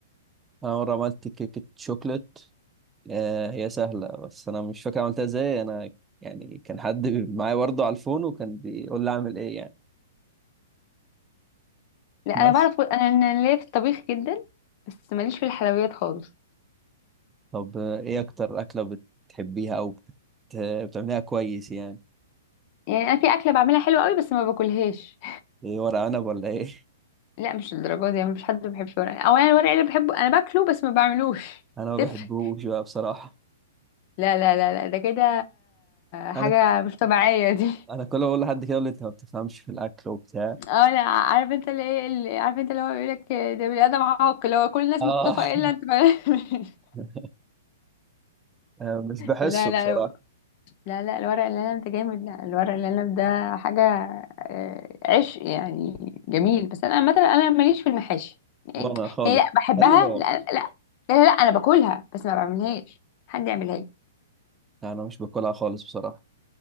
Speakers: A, on the right (about 15°); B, on the left (about 45°).
A: انا مره عملت كيكه شوكليت آه هي سهله بس انا مش فاكر عملتها ازاي انا يعني كان حد معايا برضه على الفون وكان بيقول لي اعمل ايه يعني
B: لا
A: بس
B: انا بعرف انا انا ليا في الطبيخ جدا بس ماليش في الحلويات خالص
A: طب آه، ايه اكتر اكله بتحبيها او بت... بتعمليها كويس يعني
B: يعني انا في اكله بعملها حلوه قوي بس ما باكلهاش
A: ايه ورق عنب ولا ايه
B: لا مش الدرجه دي مفيش حد ما بيحبش ورق او انا الورق اللي بحبه انا باكله بس ما بعملوش
A: <laughs>
B: <laughs>
A: انا
B: تفرق
A: ما بحبوش بقى بصراحه
B: لا لا لا لا ده كده حاجه
A: انا
B: مش طبيعيه دي
A: انا
B: <laughs>
A: كل ما اقول لحد كده يقول لي انت ما بتفهمش في الاكل وبتاع
B: اه لا عارف انت اللي ايه اللي عارف انت اللي هو بيقول لك ده بني ادم عاق اللي هو كل الناس
A: اه
B: متفقه الا انت <laughs>
A: <laughs> آه، مش بحسه
B: لا لا
A: بصراحة
B: لا لا الورق العنب ده جامد لا الورق العنب ده حاجة آه، عشق يعني جميل بس أنا مثلا أنا ماليش في المحاشي يعني
A: وأنا خالص
B: يعني لا بحبها
A: أي نوع
B: لا لا لا لا, لا أنا باكلها بس ما بعملهاش حد يعملها لي
A: أنا مش باكلها خالص بصراحة